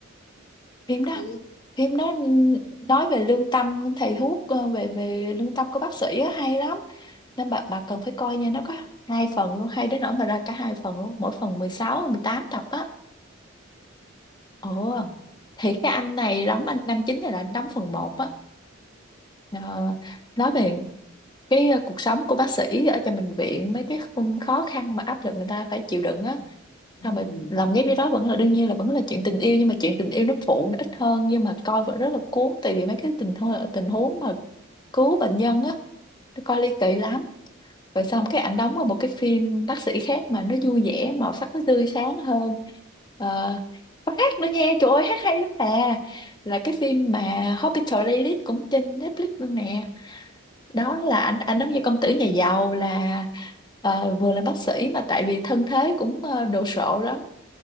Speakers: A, on the left; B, on the left.
A: phim đó
B: chưa chứ
A: phim đó nói về lương tâm thầy thuốc ờ, về về lương tâm của bác sĩ á hay lắm nên bà bà cần phải coi nha nó có hai phần luôn hay đến nỗi mà ra cả hai phần luôn mỗi phần mười sáu mười tám tập á ồ thì cái anh này đóng anh Nam chính này là anh đóng phần một á Ờ, nói về cái ờ, cuộc sống của bác sĩ ở trong bệnh viện mấy cái khung khó khăn mà áp lực người ta phải chịu đựng á sao
B: ừ.
A: mà lòng ghép với đó vẫn là đương nhiên là vẫn là chuyện tình yêu nhưng mà chuyện tình yêu nó phụ nó ít hơn nhưng mà coi vẫn rất là cuốn tại vì mấy cái tình huống tình huống mà cứu bệnh nhân á nó coi ly kỳ lắm rồi xong cái ảnh đóng vào một cái phim bác sĩ khác mà nó vui vẻ màu sắc nó tươi sáng hơn Ờ, có hát nữa nha trời ơi hát hay lắm nè, là cái phim mà Hospital Playlist cũng trên Netflix luôn nè đó là anh anh giống như công tử nhà giàu là ờ, vừa làm bác sĩ mà tại vì thân thế cũng ờ, đồ sộ lắm